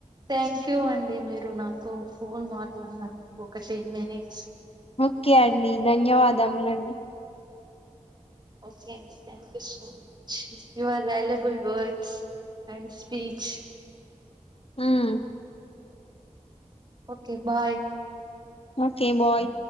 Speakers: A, on the right; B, on the left.
A: థ్యాంక్ యూ అండి మీరు నాతో ఫోన్ మాట్లాడినందుకు ఒక టెన్ మినిట్
B: ఓకే అండి ధన్యవాదములు ఏంది క్యా
A: ఓకే అండి thank you so much you are valuable వర్డ and speech
B: um
A: okay bye
B: మోకే బాయ్